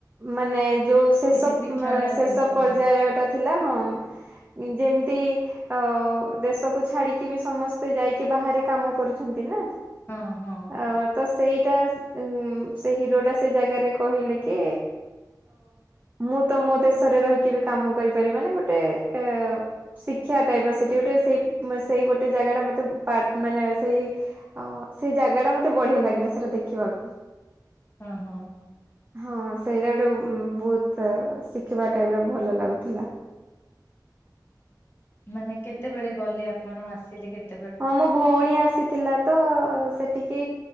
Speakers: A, on the right (about 25°); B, on the left (about 30°).
A: ମାନେ ଯୋଉ ଶେଷ
B: କିଛି ଶିକ୍ଷଣୀୟ
A: ଏ ଶେଷ
B: ଜିନିଷ
A: ପର୍ଯ୍ୟାୟଟା
B: ଥିଲେ
A: ଥିଲା ହଁ। ଯେମିତି ଅ ଦେଶକୁ ଛାଡିକି ବି ସମସ୍ତେ ଯାଇକି ବାହାରେ କାମ କରୁଛନ୍ତି ନା।
B: ହଁ ହଁ
A: ଅ ତ ସେଇ ଟା ସ୍- ଉଁ ସେ ହିରୋଟା ସେ ଜାଗାରେ କହିଲେ କି ମୁ ତ ମୋ ଦେଶରେ ରହିକି ବି କାମ କରିପାରିବା ନା ଗୋଟେ ଏ ଶିକ୍ଷା ଟାଇପର ସେଠି ଗୋଟେ ସେଇ ମ୍- ସେଇ ଗୋଟେ ଜାଗାଟା ମତେ ପାର୍ଟ ମାନେ ସେଇ ଅ ସେଇ ଜାଗା ଟା ମତେ ବଢିଆ ଲାଗିଲା ସେଟା ଦେଖିବାକୁ।
B: ହଁ ହଁ।
A: ହଁ ସେଇଟା ଗୋଟେ ଅମ-ବହୁତ ଶିଖିବା ଟାଇପ୍ ର ଭଲ ଲାଗୁଥିଲା।
B: ମାନେ କେତେବେଳେ ଗଲେ ଆପଣ ଆସିଲେ କେତ୍
A: ହଁ ମୋ ଭଉଣୀ ଆସିଥିଲା ତ ସେଠିକି